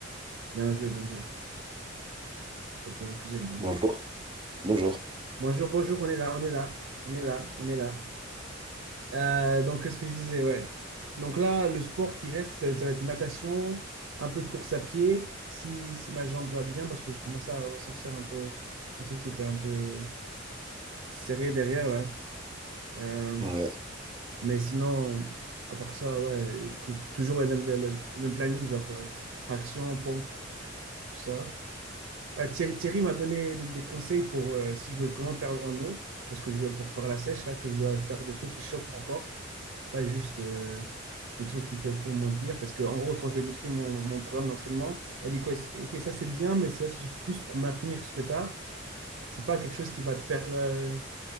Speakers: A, on the right; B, on the right.
A: Bien joué, bien joué. Elle a été refusée. lui.
B: bonjour, bonjour.
A: Bonjour, bonjour, on est là, on est là, on est là, on est là. Euh, donc, qu'est-ce que je disais, ouais. Donc là, le sport qui reste, ça, ça va être natation, un peu de course à pied, si, si ma jambe va bien, parce que je commençais à ressentir un peu un truc qui était un peu serré derrière, là. Euh,
B: Ouais,
A: mais sinon, à part ça, ouais, que- toujours le même, le même planning, genre euh, traction, pompe, tout ça. Euh, Thierry, Thierry m'a donné de- des conseils pour euh, si je veux vraiment perdre en eau, parce que je veux pour faire la sèche, là, que je veux faire des trucs qui choquent encore pas juste euh, des trucs qui fait- font mentir. Parce que, en gros, quand je vais décrire mon, mon programme d'entraînement, elle dit quoi? c'est- Ok, ça c'est bien, mais c'est c'est plus pour maintenir ce que tu as. C'est pas quelque chose qui va te faire euh,